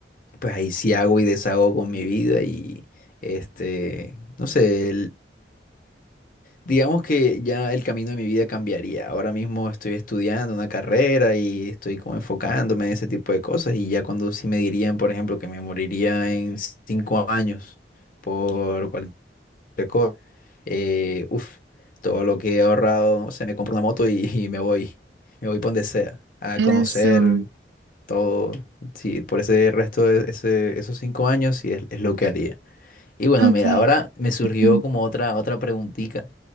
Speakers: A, on the left; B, on the right.
A: pues ahí sí hago y deshago con mi vida y, este, no sé, Digamos que ya el camino de mi vida cambiaría. Ahora mismo estoy estudiando una carrera y estoy como enfocándome en ese tipo de cosas y ya cuando sí me dirían, por ejemplo, que me moriría en cinco años por cualquier cosa, eh, uf, todo lo que he ahorrado, no sé, me compro una moto y, <laughs> y me voy, me voy por donde sea, a
B: eso.
A: conocer todo. Sí, por ese resto de ese- esos cinco años sí es es lo que haría. Y bueno,
B: Ok.
A: mira, ahora me surgió
B: <laughs> Ujú.
A: como otra, otra preguntita.